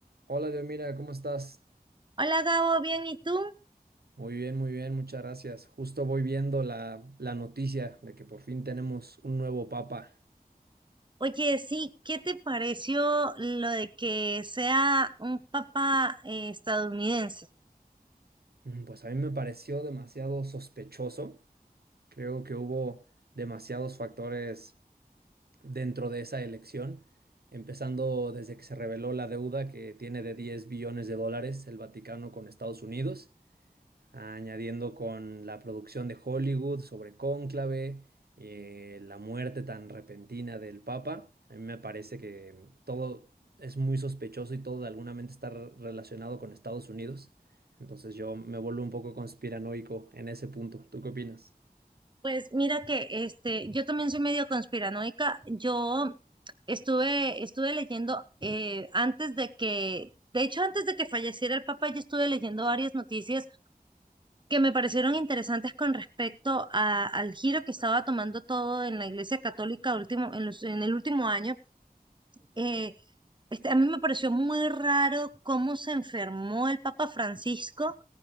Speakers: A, on the right; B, on the right.
A: Hola, Dios, mira, ¿cómo estás?
B: Hola Gabo, bien, ¿y tú?
A: Muy bien, muy bien, muchas gracias. Justo voy viendo la, la noticia de que por fin tenemos un nuevo papa.
B: Oye, sí, ¿qué te pareció lo de que sea un Papa eh, estadounidense?
A: Mm, Pues a mí me pareció demasiado sospechoso. Creo que hubo demasiados factores dentro de esa elección, empezando desde que se reveló la deuda que tiene de 10 billones de dólares el Vaticano con Estados Unidos. Ah, añadiendo con la producción de Hollywood sobre Cónclave, eh, la muerte tan repentina del Papa. A mí me parece que todo es muy sospechoso y todo de alguna mente está re- relacionado con Estados Unidos. Entonces yo me vuelvo un poco conspiranoico en ese punto. ¿Tú qué opinas?
B: Pues mira que este, yo también soy medio conspiranoica. Yo estuve, estuve leyendo eh, antes de que, de hecho, antes de que falleciera el Papa yo estuve leyendo varias noticias que me parecieron interesantes con respecto a- al giro que estaba tomando todo en la Iglesia Católica último, en los- en el último año. Eh, Este, a mí me pareció muy raro cómo se enfermó el Papa Francisco,